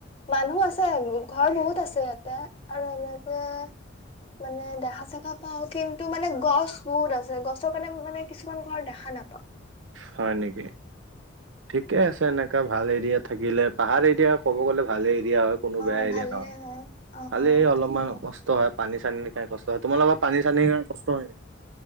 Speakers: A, on the left; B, on the right.
A: মানুহ আছে। ঘৰ বহুত আছে ইয়াতে আৰু এনেকে মানে দেখা- চেকা পাওঁ কিন্তু মানে গছ বহুত আছে। গছৰ কাৰণে আমি মানে, কিছুমান ঘৰ দেখা নাই পোৱা।
B: হ'য়, নেকি? ঠিকে আছে এনেকা ভাল এৰিয়া থাকিলে। পাহাৰ এৰিয়া ক'ব গ'লে ভালই এৰিয়া হ'য়। কোনো
A: অ
B: বেয়া এৰিয়া
A: ভালে
B: নহয়।
A: হয় অ
B: খালি
A: অ
B: এই অলপমান
A: তাকে
B: কষ্ট হ'য়, পানী -চানী কাৰনে কষ্ট হ'য়। তোমালোকৰ পানী -চানীৰ কাৰণে কষ্ট হ'য় নাই?